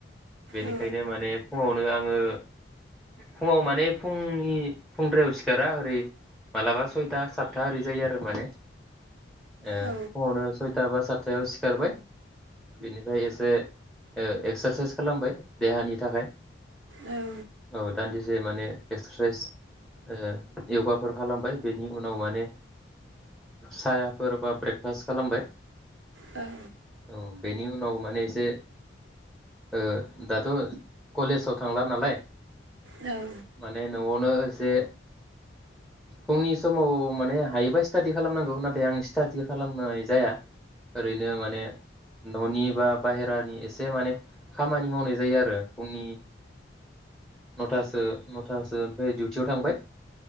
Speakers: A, in the centre; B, on the right (about 80°).
A: बेनिखायनो
B: औ
A: माने फुङावनो आङो फुंआव माने फुंनि फुंद्रायाव सिखारा ओरै मालाबा सयथा सातथा ओरै जायो आरो माने ए
B: औ
A: फुङावनो सयथा बा सात साथायाव सिखारबाय बिनिफ्राय एसे एक्सारसाइस खालामबाय देहानि थाखाय
B: औ औ
A: औ दान्दिसे माने एक्सारसाइस ओ यगाफोर खालामबाय बेनि उनाव माने साफोर बा ब्रेकफास्ट खालामबाय
B: औ
A: औ बेनि उनाव माने एसे ओ दाथ' कलेजाव थांला नालाय
B: औ
A: माने न'आवनो एसे फुंनि समाव माने हायोबा सिथादि खालामनांगौ नाथाय आं सिथादि खालामनाय जाया। ओरैनो माने न'नि बा बाहेरानि एसे माने खामानि मावनाय जायो आरो फुंनि नथासो नथ थासो डिउटियाव थांबाय